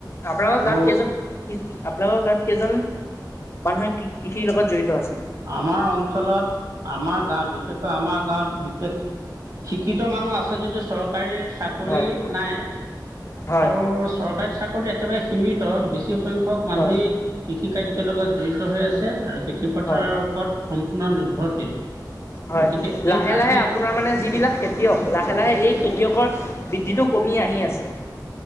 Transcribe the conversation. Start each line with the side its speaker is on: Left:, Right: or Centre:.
Left: আপোনালোকৰ
Right: আৰু
Left: গাত কেইজন কি আপ্োনালোকৰ গাত কেইজন মানুহে কৃষিৰ লগত জড়িত আছে
Right: আমাৰ অঞ্চলত আমাৰ গাঁৱত বিশেষকৈ আমাৰ গাঁৱত বিশেষ শিক্ষিত মানুহ আছে যদি চৰকাৰ চৰকাৰী চাকৰি
Left: হয়
Right: নাই
Left: হয়
Right: আৰু চৰকাৰী চাকৰি একেবাৰে সীমিত বেছি সংখ্যক মানুহেই
Left: হয়
Right: কৃষি কাৰ্যৰ লগত জড়িত হৈ আছে আৰু পথাৰ
Left: হয়
Right: ওপৰত সম্পূৰ্ণ নিৰ্ভৰশীল
Left: হয়
Right: গতিকে
Left: লাহে
Right: এই আজি
Left: লাহে আপোনাৰ মানে যিবিলাক খেতিয়ক লাহে লাহে এই খেতিয়কৰ বৃদ্ধিটো কমি আহি আছে